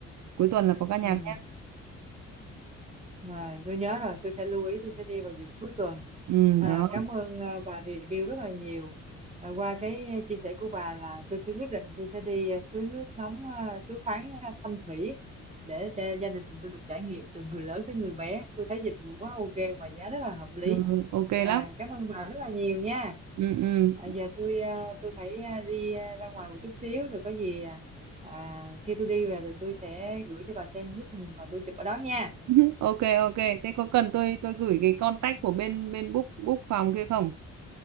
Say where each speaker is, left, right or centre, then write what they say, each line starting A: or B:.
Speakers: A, on the right; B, on the right.
A: cuối tuần là có ca nhạc
B: Ừ.
A: nhá
B: mà tôi nhớ rồi tôi sẽ lưu ý tôi sẽ đi vào dịp cuối tuần
A: ừ
B: à,
A: đó
B: cảm ơn à, bà review rất là nhiều à, qua cái à, chia sẻ của bà là tôi sẽ quyết định tôi sẽ đi à, suối nước nóng à, suối khoáng à, Thanh Thủy để cho gia đình tôi được trải nghiệm từ người lớn tới người bé tôi thấy dịch vụ quá ok mà giá rất là hợp lý
A: ừ, ok
B: à,
A: lắm
B: cảm ơn bà rất là nhiều nha
A: ừ ừ
B: à, giờ tôi à, tôi phải à, đi à, ra ngoài một chút xíu rồi có gì à, à, khi tôi đi về thì tôi sẽ gửi cho bà xem bức hình mà tôi chụp ở đó nha
A: <laughs> ok ok thế có cần tôi tôi gửi cái contact của bên bên book book phòng kia không